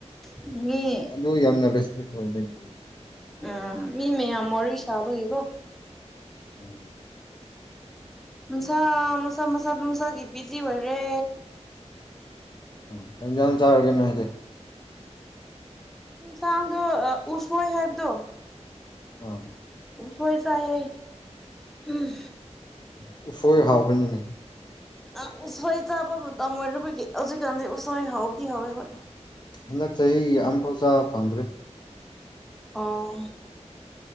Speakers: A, in the centre; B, on the left (about 40°).
A: ꯃꯤ
B: ꯑꯗꯨ ꯌꯥꯝꯅ ꯔꯦꯁꯄꯦꯛ ꯑꯣꯢꯕꯒꯤ
A: ꯎꯝ ꯃꯤ ꯃꯌꯥꯝ ꯋꯥꯔꯤ ꯁꯥꯕꯒꯤꯀꯣ
B: ꯎꯝ
A: ꯃ ꯁꯥ ꯃꯁꯥ ꯃꯁꯥ ꯃꯁꯥꯒꯤ ꯕꯤꯖꯤ ꯑꯣꯏꯔꯦ
B: ꯎꯝ ꯀꯩꯍꯤꯟꯖꯡ ꯆꯥꯔꯒꯦꯅꯣ ꯅꯣꯏꯗꯤ
A: ꯌꯦꯟꯁꯥꯡꯗꯨ ꯎꯁꯣꯏ ꯍꯥꯏꯕꯗꯣ
B: ꯑ
A: ꯎꯁꯣꯏ ꯆꯥꯏꯌꯦ ꯎꯝ
B: ꯎ ꯎꯐꯣꯏ ꯍꯥꯎꯕꯅꯤꯅꯦ
A: ꯑꯥ ꯎꯁꯥꯏ ꯆꯥꯕ ꯃꯇꯝ ꯑꯣꯏꯔꯕꯒꯤ ꯍꯧꯖꯤꯛꯀꯥꯟꯗꯤ ꯎꯁꯥꯏ ꯍꯥꯎꯗꯤ ꯍꯧꯋꯦ ꯍꯣꯏ
B: ꯍꯟꯗꯛ ꯆꯍꯤ ꯑꯃꯐꯥꯎ ꯆꯥꯕ ꯐꯪꯗ꯭ꯔꯤ
A: ꯑꯥ